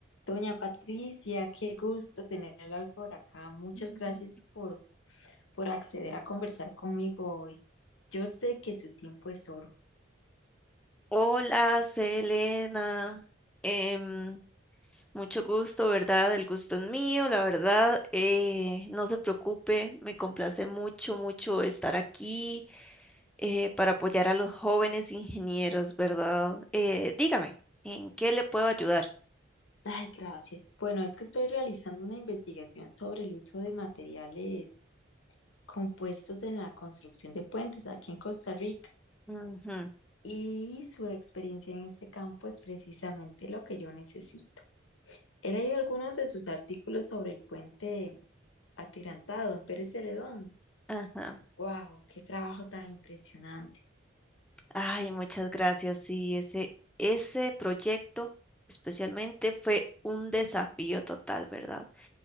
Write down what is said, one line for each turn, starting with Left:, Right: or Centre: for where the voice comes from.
Left: Doña Patricia, qué gusto tenerla hoy por acá. Muchas
Centre: Ujú.
Left: gracias por, por acceder a conversar conmigo hoy. Yo sé que su tiempo es oro.
Centre: Hola, Selena. Em, mucho gusto, ¿verdad? El gusto es mío, la verdad. eh, no se preocupe, me complace mucho, mucho estar aquí eh, para apoyar a los jóvenes ingenieros, ¿verdad? Eh, dígame, ¿en qué le puedo ayudar?
Left: Ay, gracias. Bueno, es que estoy realizando una investigación sobre el uso de materiales compuestos en la construcción de puentes aquí en Costa Rica
Centre: Ujú,
Left: y su experiencia en este campo es precisamente lo que yo necesito. He leído algunos de sus artículos sobre el puente atirantado en Pérez Celedón
Centre: ajá.
Left: Wow, qué trabajo tan impresionante.
Centre: Ay, muchas gracias. Sí, ese, ese proyecto especialmente fue un desafío total, ¿verdad?